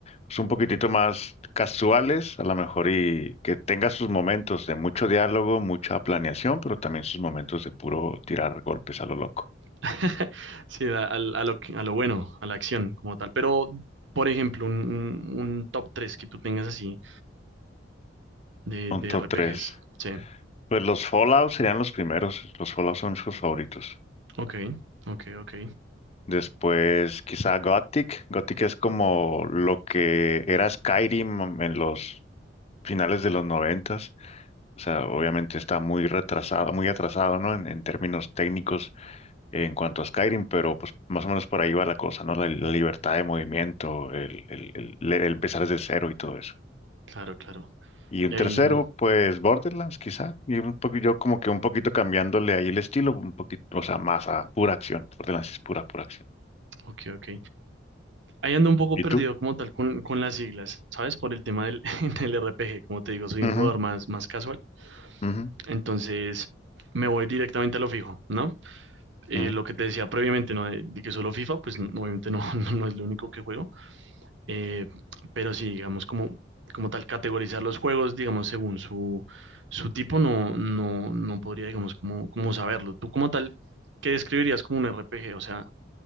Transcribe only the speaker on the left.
pues un poquitito más casuales, a lo mejor, y que tenga sus momentos de mucho diálogo, mucha planeación, pero también sus momentos de puro tirar golpes a lo loco.
Un
top tres,
Pues los Fallout serían los primeros. Los Fallout son sus favoritos.
Después, quizá Gothic. Gothic es como lo que era Skyrim en los finales de los noventas. O sea, obviamente está muy retrasado, muy atrasado, ¿no? En, en términos técnicos en cuanto a Skyrim, pero pues más o menos por ahí va la cosa, ¿no? La, la libertad de movimiento, el, el, el- el empezar desde cero y todo eso.
Y un
tercero, pues Borderlands, quizá. Y un poco, yo como que un poquito cambiándole ahí el estilo, un poquito, o sea, más a pura acción. Borderlands es pura, pura acción.
¿Y
tú?
Ujú,
ujú.
Mm.